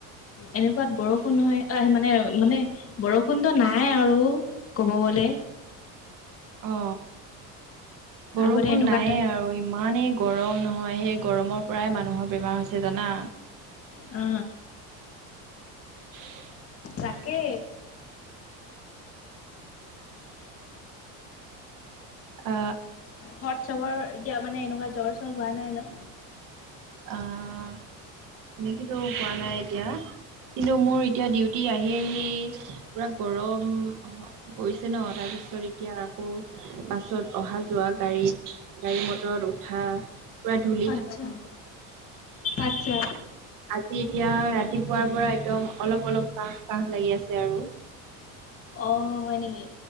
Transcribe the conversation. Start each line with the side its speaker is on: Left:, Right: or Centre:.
Left: এনেকুৱাত বৰষুণ নহয় আহ মানে মানে বৰষুণতো নাই আৰু ক'ব গ'লে
Right: অ বৰষুণ
Left: আগতে এনেকুৱাত
Right: নাইয়ে আৰু ই ইমানে গৰম নহয় সেই গৰমৰ পৰাই মানুহৰ বেমাৰ হৈছে জানা
Left: অ
Right: <unintelligible>
Left: তাকে
Right: আ
Left: ঘট চবৰ এতিয়া মানে এনেকুৱা জ্বৰ চ্ছৰ হোৱা নাই ন
Right: আহ‌ এনেকেতো হোৱা নাই এতিয়া কিন্তু মোৰ এতিয়া ডিউটি আহি আহি পুৰা গৰম অ পইছ ছে নহ তাৰ পিছত এতিয়া আকৌ বাছত অহা যোৱা গাড়ীত গাড়ী মটৰত উঠা পুৰা ধলি
Left: আতছা আচ্ছা
Right: আজি এতিয়া ৰাত তিপুৱাৰ পৰা একদম অলপ অলপ কাহ কাহ লাগি আছে আৰু
Left: অঁ হয় নেকি